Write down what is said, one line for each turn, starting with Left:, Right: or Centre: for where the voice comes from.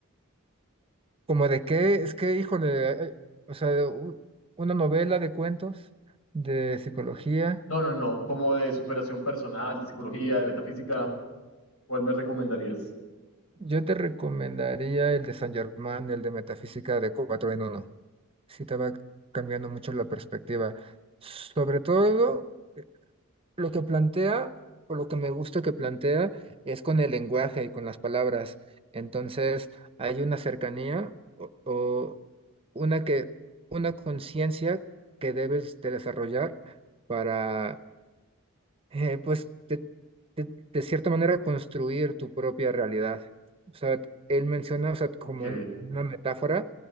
Right: Como de qué, es que, híjole, hay- o sea, u- una novela de cuentos de psicología.
Left: No, no, no, como de superación personal, de psicología, de metafísica, ¿cuál me recomendarías?
Right: Yo te recomendaría el de San Germán, el de Metafísica de cuatro en uno. Sí te va cambiando mucho la perspectiva. Sobre todo. Lo que plantea, o lo que me gusta que plantea, es con el lenguaje y con las palabras. Entonces, hay una cercanía o, o una que, una conciencia que debes de desarrollar para eh, pues de, de- de cierta manera construir tu propia realidad. O sea, él menciona, o sea, como
Left: Ok,
Right: un- una metáfora